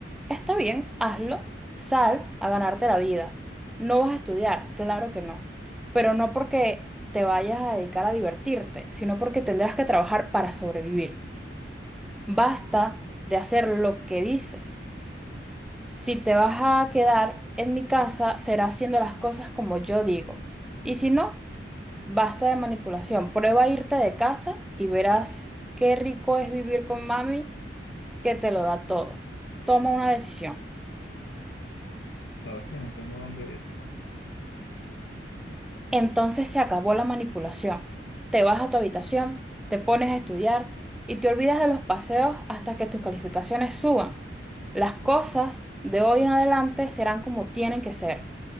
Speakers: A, in the centre; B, on the left (about 85°).
A: Está bien, hazlo. Sal a ganarte la vida. No vas a estudiar, claro que no. Pero no porque te vayas a dedicar a divertirte, sino porque tendrás que trabajar para sobrevivir. Basta de hacer lo que dices. Si te vas a quedar en mi casa, será haciendo las cosas como yo digo. Y si no, basta de manipulación. Prueba a irte de casa y verás qué rico es vivir con mami, que te lo da todo. Toma una decisión.
B: Sabes que no tengo a dónde ir.
A: Entonces se acabó la manipulación. Te vas a tu habitación, te pones a estudiar y te olvidas de los paseos hasta que tus calificaciones suban. Las cosas de hoy en adelante serán como tienen que ser.